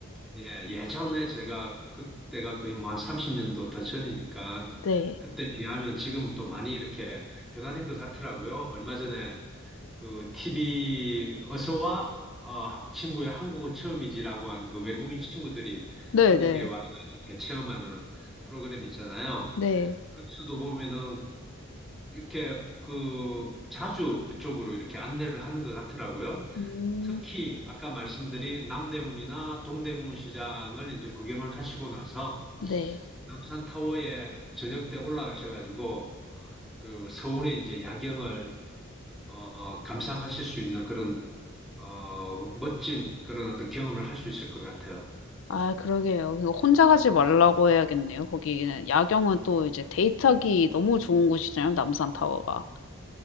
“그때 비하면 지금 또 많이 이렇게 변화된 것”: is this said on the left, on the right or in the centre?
Centre